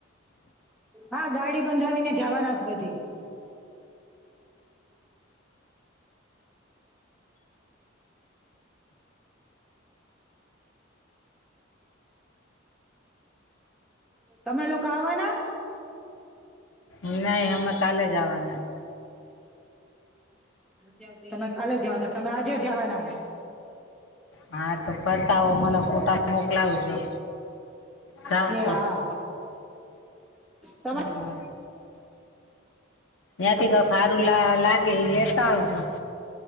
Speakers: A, in the centre; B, on the left.
A: હા ગાડી બંધાવીને જવાના જ બધી. તમે લોકો આવવાના.
B: નહી હમે કાલે જ આવાના છે.
A: હ તમે કાલે જવાના તમે આજે જવાના.
B: હા તો ફરતા આવ મને ફોટા મોકલાવજો. જાવ
A: તે
B: તો
A: હા. તમા
B: હા. ત્યાંથી ક ખારું લાગે એ લેતા આવજો.